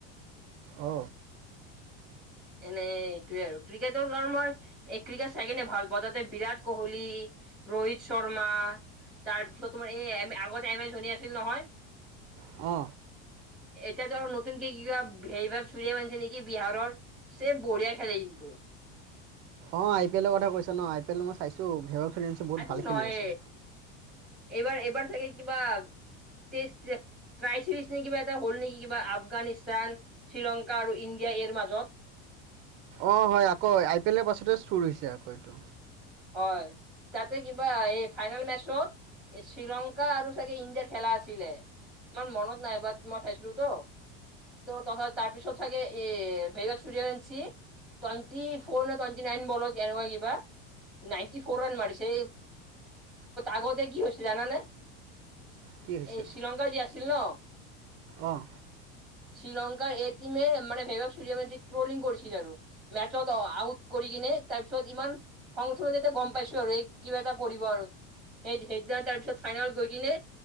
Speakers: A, on the right; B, in the centre.
A: অ।
B: এনেই এইটোৱে আৰু ক্ৰিকেটৰ কাৰণ মই ক্ৰিকেট চাই কিনে ভাল পাওঁ তাতে বিৰাট কোহলি, ৰোহিত শৰ্মা। তাৰ পিছত তোমাৰ এই আগত এম এচ ধনী আছিল নহয়।
A: অ
B: এতিয়া ধৰ নতুনকে কিবা বেভবচুৰিয়াবনচি মিছে নেকি বিহাৰৰ স বঢ়িয়া খেলে কিন্তু
A: অ আই পি এলৰ কথা কৈছা ন আই পি এল মই চাইছো বেভবচুৰিয়াবনচি চাইছো বহুত
B: আই থিংক
A: ভাল
B: নহয়
A: খেলি আছে।
B: এইবাৰ এবাৰ চাগাকে কিবাাই টেষ্ট ট্ৰাই চিজ কিবা এটা হ'ল নেকি কিবা আফগানিস্তান শ্ৰীলংকা আৰু ইণ্ডিয়া এৰ মাজত। <unintelligible>
A: অ হয় আকৌ আই পি এলৰ পাছতে চুৰ হৈছে আকৌ এইটো
B: হয়। তাতে কিবা এই ফাইনেল মেচত শ্ৰীলংকা আৰু চাগে ইণ্ডিয়াৰ খেলা আছিলে। ইমান মনত নাইবাট মই খাইছিলো তো ত'চছত তাৰ পিছত চাকে এই বেভবচূৰিয়াবনচিও চে টোৱানটিফৰ নে টুৱেন্টিনাইন এনেকুৱা বলত কিবা। নাইন্টি ফ'ৰ ৰন মাৰিছে আগতে কিছে জান নে।
A: কি হৈছিল
B: এই শ্ৰীলংকা যি আছিল ন
A: অঁ
B: শ্ৰীলংকাৰ এই টীমে মান বেভাৱ চুৰিবনচিক মানে স্কলিং কৰিছিল আৰু মেচত আউট। কৰি কিনে তাৰ পিছত ইমান খঙ চত যেতিয়া গম পাইছো। আৰু এই কিবা এটা কৰিব আৰু সেই সেইদিনা তাৰপিছত ফাইনেলত গৈ কিনে।